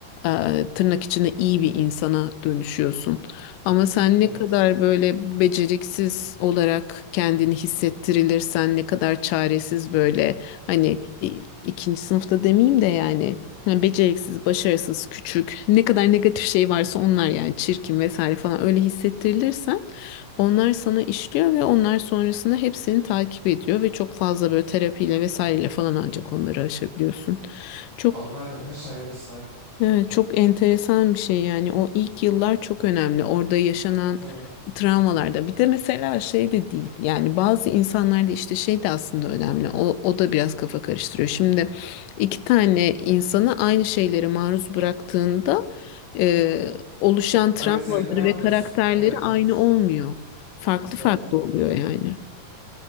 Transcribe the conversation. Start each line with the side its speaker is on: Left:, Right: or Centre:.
Left: e, tırnak içinde iyi bir insana dönüşüyorsun. Ama sen
Right: Evet.
Left: ne kadar böyle beceriksiz olarak kendini hissettirilirsen, ne kadar çaresiz böyle hani i- ikinci sınıfta demeyeyim de yani yani beceriksiz, başarısız, küçük, ne kadar negatif şey varsa onlar yani çirkin vesaire falan öyle hissettirilirsen onlar sana işliyor ve onlar sonrasında hepsini takip ediyor ve çok fazla böyle terapiyle vesaireyle falan ancak onları aşabiliyorsun. Çok
Right: Onlarla bile şaşabilirsin aynı.
Left: Evet, çok enteresan bir şey yani o ilk yıllar çok önemli orada yaşanan
Right: Tabii.
Left: travmalarda bir de mesela şey de değil yani bazı insanlarda işte şey de aslında önemli o, o da biraz kafa karıştırıyor şimdi iki tane insanı aynı şeylere maruz bıraktığında e, oluşan travmaları
Right: Aynı tepkiler almıyorsun.
Left: ve karakterleri
Right: Evet
Left: aynı
Right: evet.
Left: olmuyor farklı
Right: Tabii
Left: farklı
Right: tabii.
Left: oluyor yani.